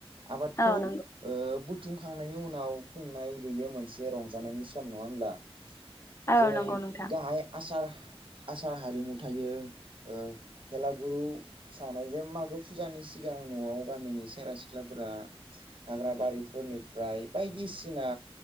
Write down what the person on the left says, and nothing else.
औ
नंगौ
औ
नंगौ नोंथां